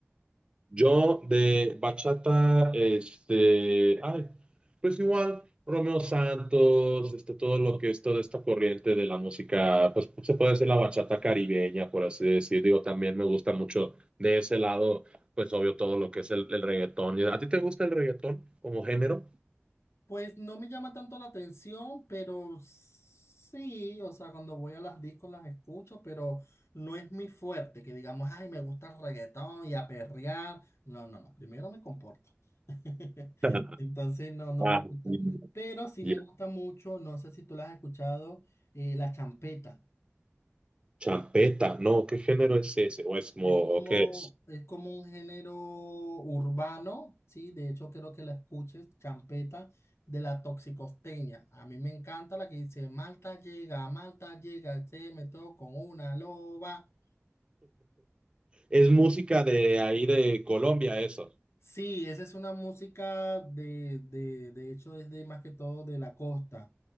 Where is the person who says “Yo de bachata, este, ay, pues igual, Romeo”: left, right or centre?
Right